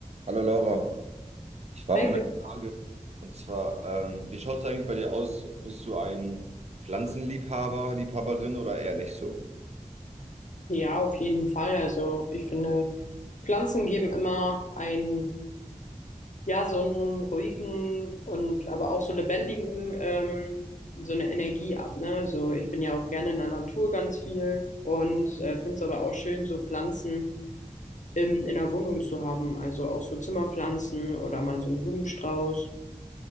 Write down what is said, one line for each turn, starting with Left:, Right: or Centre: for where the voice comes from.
Right: Hallo Laura, ich habe
Left: Heike?
Right: mal eine Frage. Und zwar, ähm, wie schaut es eigentlich bei dir aus? Bist du ein Pflanzenliebhaber, Liebhaberin oder eher nicht so?
Left: Ja, auf jeden Fall. Also ich finde, Pflanzen geben immer einen, ja, so einen ruhigen und aber auch so lebendigen, ähm, so eine Energie ab, ne? Also ich bin ja auch gerne in der Natur ganz viel und äh, finde es aber auch schön, so Pflanzen im, in der Wohnung zu haben. Also auch so Zimmerpflanzen oder mal so einen Blumenstrauß.